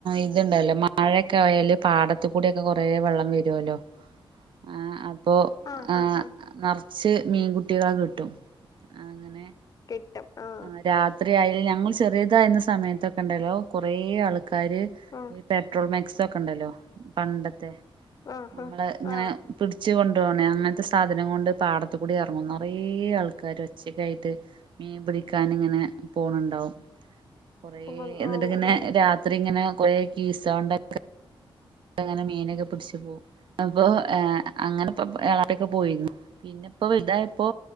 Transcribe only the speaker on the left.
ആ
ആ ആ
കിട്ടും ആ
ആ
ആ
ആ ആ
ഓ
ഓ
ഓ